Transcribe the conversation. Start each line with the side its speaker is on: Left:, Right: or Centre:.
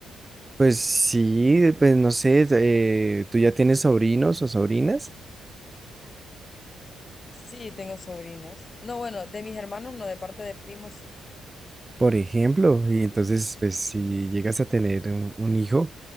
Right: Pues sí, pues no sé, eh, tú ya tienes sobrinos o sobrinas,
Left: Sí, tengo sobrinos. No, bueno, de mis hermanos no, de parte de primos sí.
Right: por ejemplo, y entonces, pues si llegas a tener un, un hijo,